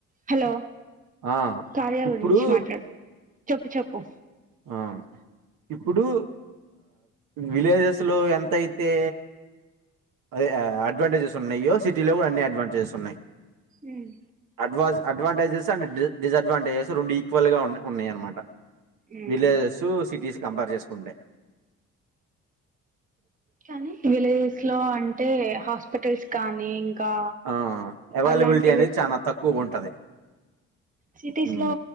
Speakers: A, on the right; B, on the right.
A: హలో
B: ఆ
A: కార్య
B: ఇప్పుడు
A: గురించి మాట్లాడు చెప్పు చెప్పు
B: ఆ ఇప్పుడు విలేజెస్లో ఎంతయితే అదే అడ్వాంటేజ్ ఉన్నాయో సిటీలో కూడా అన్ని అడ్వాంటేజెస్ ఉన్నాయి
A: ఉమ్
B: అడ్ అడ్వాంటే ెస్ అ డి డిస్డ్వాంటేజెస్ రెండు ఈక్వల్ గా ఉ ఉన్నాయి అనమాట
A: ఉమ్
B: విలేజెస్ సిటీస్ కంపేర్ చేసుకుంటే
A: కానీ విలేజెస్ లో అంటే హాస్పిటల్స్ కానీ ఇకా
B: ఆ అవైలబిలిటీ
A: అలాంటివి
B: అనేది చాలా తక్కువగా ఉంటది
A: సిటీస్
B: ఉమ్
A: లో